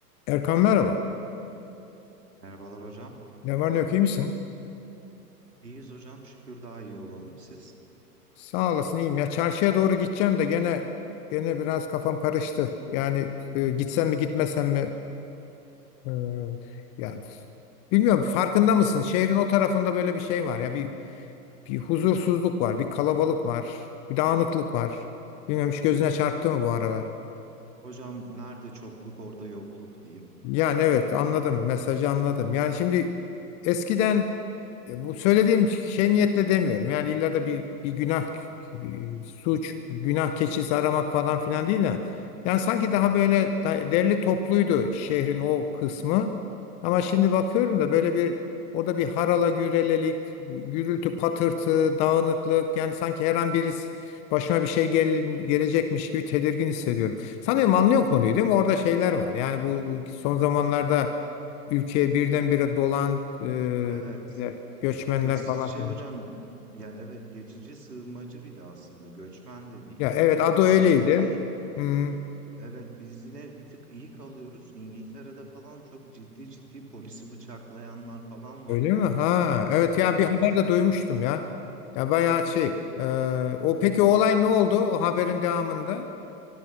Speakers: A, on the left; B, on the right.
A: Erkan merhaba.
B: Merhabalar hocam.
A: Ne var ne yok iyi misin?
B: İyiyiz hocam. Şükür daha iyi olalım. Siz?
A: Sağ olasın iyiyim. Ya çarşıya doğru gideceğim de gene gene biraz kafam karıştı. Yani e, gitsem mi gitmesem mi? E, yani bilmiyorum farkında mısın? Şehrin o tarafında böyle bir şey var ya bir bir huzursuzluk var, bir kalabalık var, bir dağınıklık var. Bilmiyorum hiç gözüne çarptı mı bu aralar?
B: Hocam nerede çokluk orada yokluk diyeyim.
A: Yani evet anladım mesajı anladım. Yani şimdi eskiden e, bu söylediğim şey niyetle demiyorum. Yani illa da bir bir günah e, suç, günah keçisi aramak falan filan değil ya. Yani sanki daha böyle da- derli topluydu şehrin o kısmı. Ama şimdi bakıyorum da böyle bir orada bir harala gürelelik, gürültü, patırtı, dağınıklık yani sanki her an birisi başıma bir şey gel- gelecekmiş gibi tedirgin hissediyorum. Sanırım anlıyorsun konuyu değil mi? Orada şeyler var. Yani bu, bu son zamanlarda ülkeye birdenbire dolan e,
B: Evet.
A: böyle göçmenler
B: Biz
A: falan
B: şey
A: filan.
B: hocam ya evet geçici sığınmacı bir de aslında göçmen de değil.
A: Ya evet adı öyleydi.
B: Biz hadi
A: Hmm,
B: evet biz yine bir tık iyi kalıyoruz. İngiltere'de falan çok ciddi ciddi polisi bıçaklayanlar falan var.
A: öyle mi? Ha evet ya
B: Evet.
A: bir haber de duymuştum ya. Ya bayağı şey. e, o peki o olay ne oldu o haberin devamında?